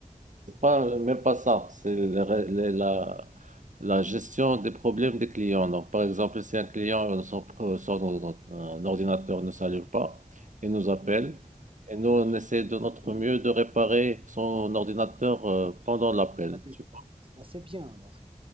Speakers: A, on the right; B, on the right.
A: c'est pas même pas ça, c'est le ré- le- la, la gestion des problèmes des clients. Donc par exemple, si un client euh, son, pro- son- un ordinateur ne s'allume pas, il nous appelle et nous on essaie de notre mieux de réparer son ordinateur euh, pendant l'appel.
B: à distance.
A: tu vois.
B: Ah, c'est bien alors.